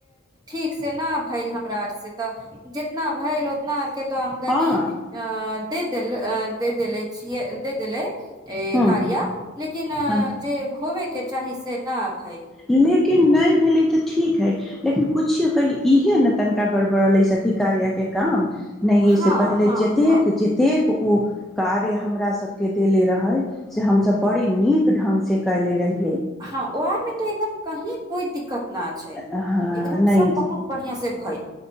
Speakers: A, on the right; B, in the centre.
A: ठीकसँ नहि भेल हमरा आरसँ तऽ जितना भएल उतना आरके तो आमदनी
B: हँ
A: अ त दिल अ दे देले सि एइेलै ए
B: हँ
A: कारिया लेकिन
B: हँ
A: जे होबय के चाही से न भइल
B: न लेकिन नहि भेलै तऽ ठीक हइ लेकिन किछियौ कहियौ इहे ने तनिका गड़बड़लै सखी कार्यके काम नहि
A: हँ
B: से पहिले
A: हँ
B: जतेक
A: हँ
B: जतेक उ कार्य हमरा सब के देेले रहे से हम सब बड़ी नीक ढंग से कयले रहहि
A: हँ ओ आरमे तऽ एकदम कही कोई दिक्कत न छै
B: हँ
A: एकदम
B: नहि
A: सब बहुत बढ़िया से भय